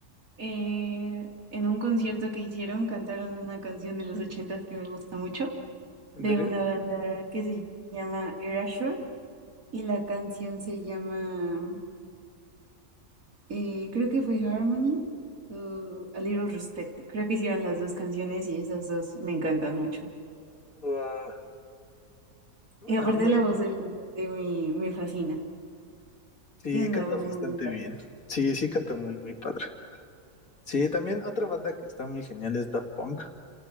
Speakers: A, on the right; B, on the left.
A: eh, en un concierto que hicieron cantaron una canción de los ochentas que me gusta mucho,
B: ¿En
A: de
B: serio?
A: una banda que se llama Erasure y la canción se llama, eh, creo que fue Harmony o A Little Respect. Creo que hicieron las dos canciones y esas dos me encantan mucho.
B: Wow. Qué buena
A: Y aparte
B: onda.
A: la voz del cantante me, me fascina.
B: Sí,
A: Tiene una
B: canta
A: voz
B: bastante
A: muy linda.
B: bien. Sí, sí, canta muy, muy padre. Sí, también otra banda que está muy genial es Daft Punk.